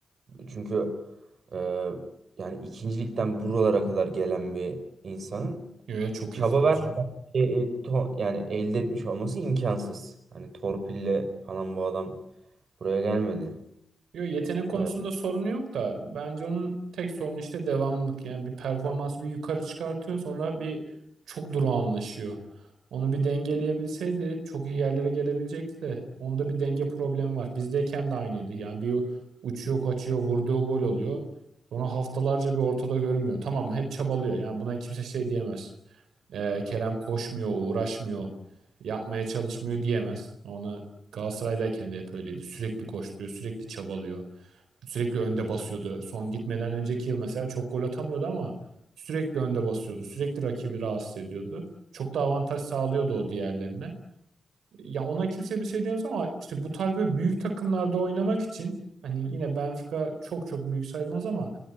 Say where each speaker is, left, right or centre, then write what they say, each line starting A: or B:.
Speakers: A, on the right; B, on the right.
A: Çünkü e, yani ikinci ligden buralara kadar gelen bir insanın
B: Yo ya çok
A: çaba
B: iyi futbolcu.
A: vermediği el- to- yani elde etmiş olması imkansız. Hani torpille falan bu adam buraya gelmedi.
B: Yo, yetenek konusunda
A: E,
B: sorunu yok da bence onun tek sorunu işte devamlılık. Yani bir performansı bir yukarı çıkartıyor sonra bir çok durağanlaşıyor. Onu bir dengeleyebilseydi çok iyi yerlere gelebilecekti de onda bir denge problemi var. Bizdeyken de aynıydı. Yani bir uçuyor kaçıyor vurduğu gol oluyor. Sonra haftalarca bir ortada görünmüyor. Tamam hep çabalıyor yani buna kimse şey diyemez. Ee, Kerem koşmuyor uğraşmıyor yapmaya çalışmıyor diyemez. Onu Galatasaray'dayken de hep öyleydi. Sürekli koşturuyor sürekli çabalıyor. Sürekli önde basıyordu. Son gitmeden önceki yıl mesela çok gol atamıyordu ama sürekli önde basıyordu. Sürekli rakibi rahatsız ediyordu. Çok da avantaj sağlıyordu o diğerlerine. Ya ona kimse bir şey diyemez ama işte bu tarz böyle büyük takımlarda oynamak için hani yine Benfica çok çok büyük sayılmaz ama